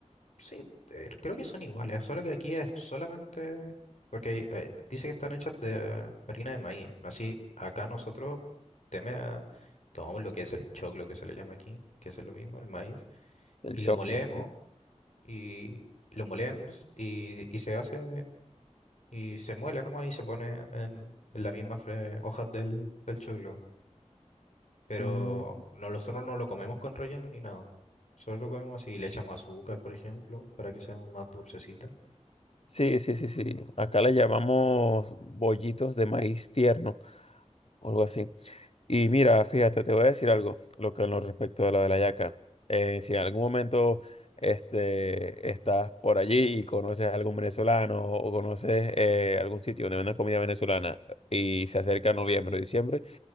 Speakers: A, on the left; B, on the left.
A: sí, eh, creo que son iguales, solo que aquí es solamente, porque eh, dice que están hechas de harina de maíz, ¿no? Así, acá nosotros teme a- tomamos lo que es el choclo, que se le llama aquí, que es lo mismo, el maíz,
B: el
A: y
B: choclo,
A: lo molemos,
B: sí.
A: y lo molemos, y, y se hace, y se muele nomás, y se pone en, en las mismas fre- hojas del, del choclo. Pero
B: Mm.
A: no, nosotros no lo comemos con relleno ni nada. Solo lo comemos así. Le echamos azúcar, por ejemplo, para que sea más dulcecita.
B: Sí, sí, sí, sí. Acá le llamamos bollitos de maíz tierno o algo así. Y mira, fíjate, te voy a decir algo, lo que en lo respecto a lo de la hallaca. Eh, si en algún momento este, estás por allí y conoces a algún venezolano o conoces eh, algún sitio donde venden comida venezolana y se acerca noviembre o diciembre,